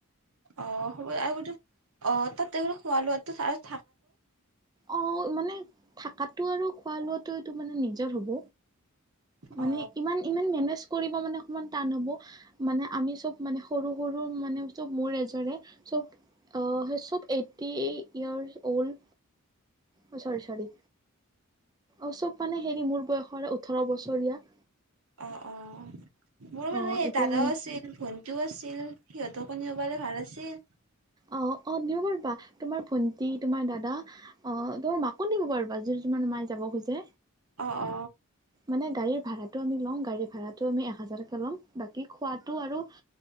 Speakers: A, on the right (about 80°); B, on the right (about 20°).
A: অ হব আৰু অ তাত খোৱা লোৱা <unintelligible>
B: অ মানে থাকাতটো আৰু খোৱা লোৱাাতটো মানে নিজৰ হ'ব মানে
A: অ
B: ইমান ইমান মেনেছ কৰিব মানে অকমান টান হ'ব মানে আমি চব মানে সৰু সৰু মানে চব মোৰ এজৰে চব চব এইটটি ইয়াৰ্চ ঊল অ চৰী চৰী অ চব মানে হেৰি মোৰ বয়সৰ ওঠৰ বছৰীয়া
A: অ অ মোৰ
B: অ
A: মানে
B: এতিয়া
A: দাদাও
B: মানে
A: আছিল ভোন টো আছিল, সিহঁত <unintelligible> পালে ভাল আছিল।
B: অঁ অ' নিব পাৰিবা, তোমাৰ ভন্টি, তোমাৰ দাদা অ তোমাৰ মাকো নিব পাৰিবা, যদি তোমাৰ মায়ে যাব খোজে।
A: অ অ
B: মানে গাড়ীৰ ভাৰা টো আমি লওঁ, গাড়ী ভাড়াটো আমি এক হাজাৰকে লওঁ, বাকী খোৱাটো আৰু